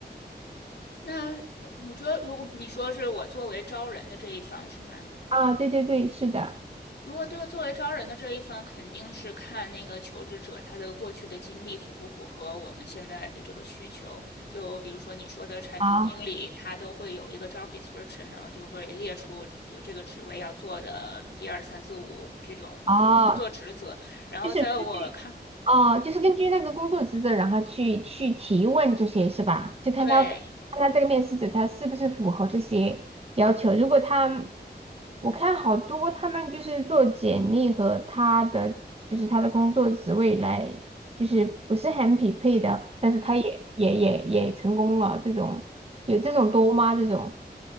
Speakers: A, on the left (about 75°); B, on the right (about 35°).
A: 那我我觉得，如果你说是我作为招人的这一方是吗？
B: 啊，对对对，是的，
A: 如果对作为招人的这一方，肯定是看那个求职者他的过去的经历符不符合我们现在的这个需求。就比如说你说的产品经理，
B: 啊，
A: 他都会有一个 job description，然后就会列出就这个职位要做的一二三四五这种就是工作职责。
B: 哦，
A: 然后在我看，
B: 就是哦，
A: 嗯
B: 就是根据那个工作职责，然后去去提问这些是吧？就看他看他这个面试者他是不是符合这些要求。
A: 对，
B: 如果他，我看好多他们就是做简历和他的就是他的工作职位来，就是不是很匹配的，但是他也也也也成功了，
A: 嗯。
B: 这种有这种多吗？这种